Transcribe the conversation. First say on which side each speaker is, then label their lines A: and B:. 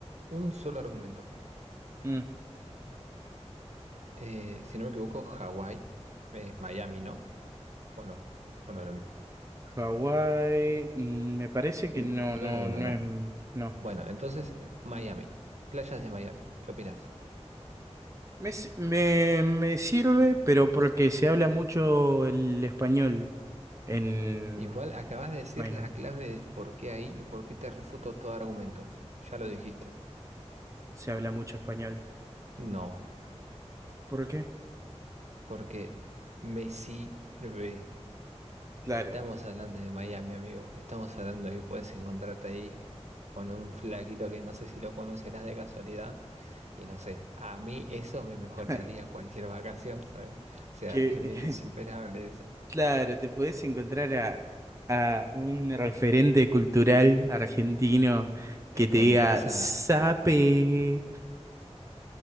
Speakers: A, on the right; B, on the right.
A: un solo argumento.
B: Mm.
A: Eh, si no me equivoco, Hawái es Miami, ¿no? ¿O no? ¿O no es lo mismo?
B: Hawái, mm, me parece que
A: N-
B: no,
A: No
B: no,
A: es lo mismo,
B: no
A: ¿no?
B: es, mm, no.
A: Bueno, entonces, eh, Miami, playas de Miami, ¿qué opinas?
B: Me, s- me, me sirve, pero porque se habla mucho el español en
A: Igual acabas de decir
B: Miami.
A: la clave de por qué ahí y por qué te refuto todo argumento. Ya lo dijiste.
B: Se habla mucho español.
A: No,
B: ¿Por qué?
A: porque me sirve.
B: Claro.
A: Estamos hablando de Miami, amigo. Estamos hablando de que puedes encontrarte ahí con un flaquito que no sé si lo conocerás de casualidad. Y no sé, a mí eso me mejoraría
B: <laughs>
A: cualquier vacación, ¿sabes? O sea,
B: Que
A: es medio
B: <laughs>
A: insuperable eso.
B: Claro, te puedes encontrar a, a a un referente cultural argentino
A: Te
B: que
A: encontrás
B: te diga sape.
A: a...